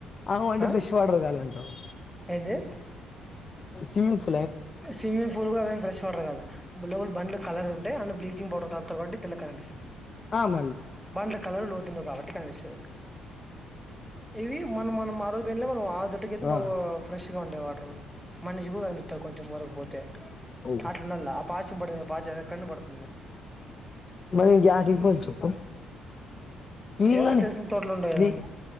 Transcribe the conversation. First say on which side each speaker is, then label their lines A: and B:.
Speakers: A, on the left; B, in the centre.
A: అ ఒంటే
B: ఆ
A: ఫ్రెష్ వాటర్ కావాలంటవు
B: ఏంది
A: సిమ్మింగ్ ఫు
B: స్విమ్మింగ్ పూల్ కూడా అదేం ఫ్రెష్ వాటర్ కాదు లోబల్ బండ్లు కలర్ ఉంటయి అండ్ బ్లీచింగ్ పౌడర్ కలర్ తట్టి తెల్ల కనిపిస్తాయి
A: ఆం
B: బన్డ్ల కలర్ లోతుండ కాబట్టి కనిపిస్తది ఇవి మనం మనం ఆరోజు పొయ్లా మనం ఆ తొట్టికి అయితే
A: ఆ,
B: బా ఫ్రెష్ గా ఉంటాయి వాటర్ మనిషి కూడా కనిపిత్త రు కొంచెం వరకుపోతే
A: ఓ.
B: అట్లు ఉండాల ఆ పాచం పడిన పాచం కన్ను పడుత్
A: మనం గ్యాటి కిపోళ్ల చెప్పు నేను
B: ఏ
A: కానీ
B: తెలిసిన తోటలు ఉంటాయి కదా
A: నీ